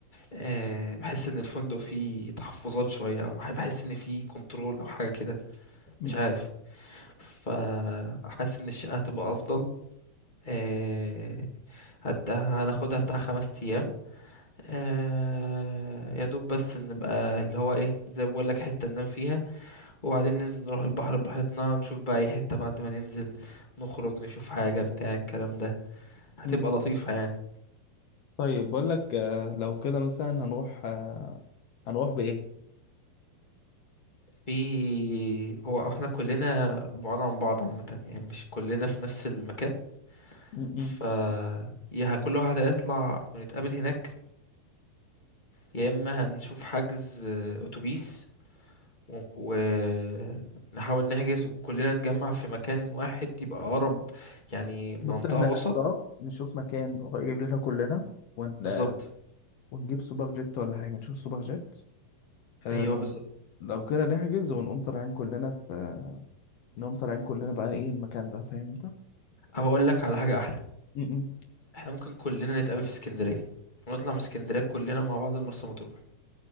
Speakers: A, on the left; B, on the left.
A: آه، بحس ان الفندق فيه تحفظات شويه او بح- بحس ان فيه كنترول او حاجه كده
B: م-
A: مش عارف فحاسس ان الشقه هتبقى افضل آه، هت- هناخدها بتاع خمس ايام آه، يا دوب بس نبقى اللي هو ايه زي ما بقول لك حته ننام فيها وبعدين ننزل نروح البحر براحتنا نشوف بقى اي حته بعد ما ننزل نخرج نشوف حاجه بتاع الكلام ده هتبقى
B: م-
A: لطيفه يعني
B: طيب بقول لك آه، لو كده مثلا هنروح آه، هنروح بايه
A: في هو احنا كلنا بعاد عن بعض عامه يعني مش كلنا في نفس المكان
B: م-
A: ف
B: م.
A: يا كل واحد هيطلع ونتقابل هناك يا اما هنشوف حجز آه، اتوبيس و- ونحاول نحجز وكلنا نتجمع في مكان واحد يبقى اقرب يعني منطقة
B: بص احنا
A: وسط
B: هنختار نشوف مكان قريب لنا كلنا ون...
A: بالظبط
B: آه، ونجيب سوبر جيت ولا حاجه نشوف سوبر جيت آه،
A: ايوه بالظبط
B: لو كده نحجز ونقوم طالعين كلنا في انهم طالعين كلنا بقى ايه المكان ده فاهم انت
A: او اقول لك على حاجة احلى
B: م-م.
A: احنا ممكن كلنا نتقابل في اسكندرية ونطلع من اسكندرية كلنا مع بعض المرسى مطروح